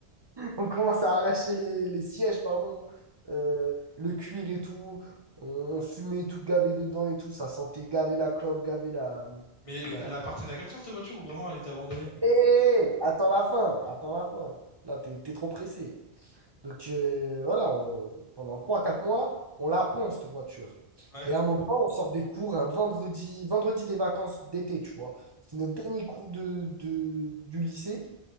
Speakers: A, on the right; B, on the left.
A: On commence à arracher les, les sièges, pardon, euh, le cuir et tout. On, on fumait tout gavé dedans et tout. Ça sentait gavé la clope, gavé la...
B: Mais elle,
A: la...
B: est- elle appartenait à quelqu'un, cette voiture, ou vraiment elle était abandonnée?
A: Hé, attends la fin, attends la fin. Là, t'es, t'es trop pressé. Donc euh, voilà, on- pendant trois quatre mois, on la ponce, cette voiture.
B: Ouais.
A: Et à un moment, on sort des cours un vendredi, vendredi des vacances d'été, tu vois. C'est notre dernier cours de, de- du lycée.